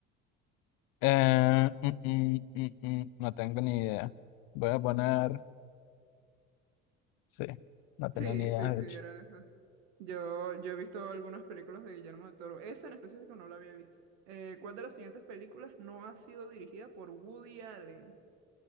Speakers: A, on the left; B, on the right.
A: Eh, mm, mm, mm, mm, no tengo ni idea. Voy a poner. Sí, no tenía
B: Sí,
A: ni idea,
B: sí, sí,
A: de hecho.
B: era esa. Yo, yo he visto algunas películas de Guillermo del Toro. Esa en específico no la había visto. Eh, ¿cuál de las siguientes películas no ha sido dirigida por Woody Allen?